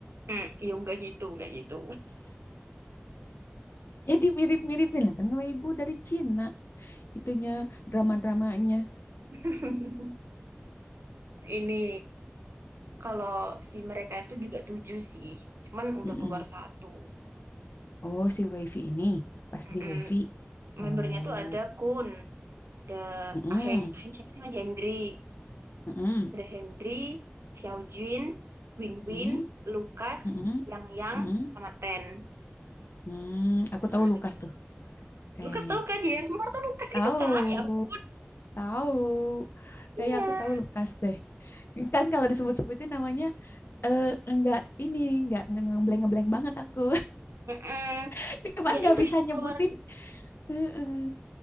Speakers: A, on the right; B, on the left.
A: Hmm, iya enggak gitu, enggak gitu.
B: Ya dimirip-miripin lah kan Weibo dari Cina. Itunya drama-dramanya.
A: <laughs> Ini Kalau si mereka itu juga tujuh sih, cuman udah
B: Mm-mm.
A: keluar satu.
B: Oh, si Wifi ini pas
A: Mm-mm.
B: di Wifi. Oh,
A: Membernya tuh ada Kun, ada
B: mm-mm.
A: Aheng, Aheng siapa sih? Mas Hendry,
B: Mm-mm.
A: ada Hendry, Xiaojun, Win
B: Mm-mm.
A: Win, Lukas,
B: Mm-mm.
A: Yang Yang,
B: Mm-mm.
A: sama Ten.
B: Hmm, Aku
A: Nah,
B: tahu
A: itu
B: Lukas
A: kan-
B: tuh kayaknya.
A: Lukas tahu kan dia yang keluar tuh Lukas
B: Tahu.
A: itu kan? Ya ampun.
B: Tahu.
A: Iya.
B: Kayak aku tahu Lukas deh. Kan kalau disebut-sebutin namanya eh enggak ini enggak enggak ngebleng-ngebleng banget aku.
A: Mm-mm.
B: <laughs> Cuman
A: Ya
B: nggak
A: itu
B: bisa
A: yang
B: nyebutin.
A: keluar
B: Heeh.